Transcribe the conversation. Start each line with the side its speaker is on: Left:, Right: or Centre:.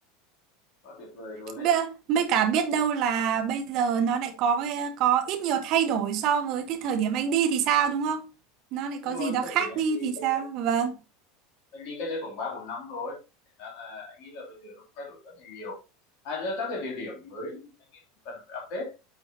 Left: quá tuyệt vời luôn đấy
Right: Bê- Mấy cả biết đâu là bây giờ nó lại có cái- có ít nhiều thay đổi so với cái thời điểm anh đi thì sao đúng không? Nó lại có
Left: đúng rồi
Right: gì đó
Left: thời
Right: khác
Left: điểm anh
Right: đi
Left: đi
Right: thì sao?
Left: có
Right: Vâng.
Left: anh đi cách đây khoảng ba bốn năm rồi thành ra là anh nghĩ là bây giờ nó cũng thay đổi rất là nhiều à nữa các cái địa điểm mới anh nghĩ cũng cần phải update